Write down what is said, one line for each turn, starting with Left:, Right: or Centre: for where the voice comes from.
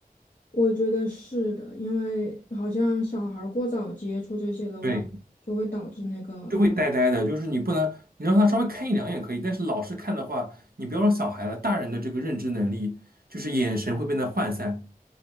Left: 我觉得是的，因为好像小孩儿过早接触这些的话，
Right: 对，
Left: 就会导致那个，
Right: 就会呆呆的，就是你不能，你让他稍微看一两眼可以，但是老是看的话，你不要说小孩了，大人的这个认知能力，就是眼神会变得涣散，